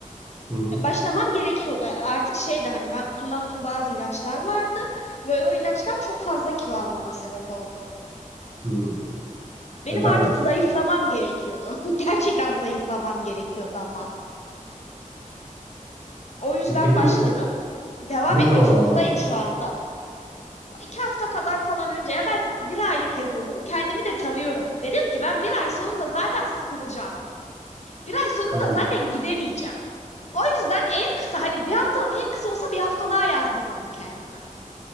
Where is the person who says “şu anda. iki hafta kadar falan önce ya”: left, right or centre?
Left